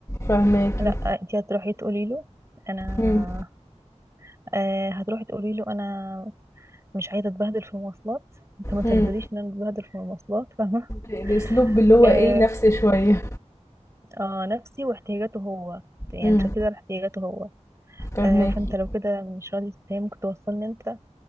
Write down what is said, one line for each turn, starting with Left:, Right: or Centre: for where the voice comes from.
Left: فهماكي
Right: لا انت هتروحي تقولي له انا
Left: مم.
Right: آه هتروحي تقولي له انا مش عايزه اتبهدل في المواصلات انت ما ترضليش
Left: مم.
Right: ان انا اتبهدل في المواصلات فاهمه
Left: ب- باسلوب
Right: <laughs>
Left: اللي هو
Right: آه,
Left: ايه نفسي شويه
Right: اه نفسي واحتياجاته هو يعني
Left: مم.
Right: تركيز على احتياجاته هو
Left: فهماكي
Right: آه فانت لو كده مش راضي تتهمك توصلني انت